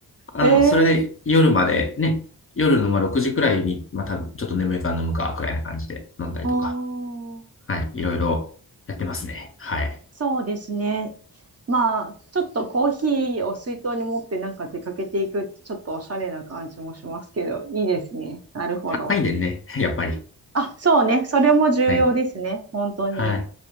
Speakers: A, on the left; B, on the right.
A: あの、
B: えー
A: それで夜までね、夜のまあ6時くらいに、まあ多分ちょっと眠いから飲むか、くらいな感じで飲んだりとか、
B: おー、
A: はい、いろいろやってますね。はい。
B: そうですね。まあ、ちょっとコーヒーを水筒に持ってなんか出かけていくってちょっとおしゃれな感じもしますけど、いいですね。なるほど。
A: 高いねんでね、やっぱり。
B: あ、そうね。それも重要ですね。
A: はい。
B: 本当に。
A: はい。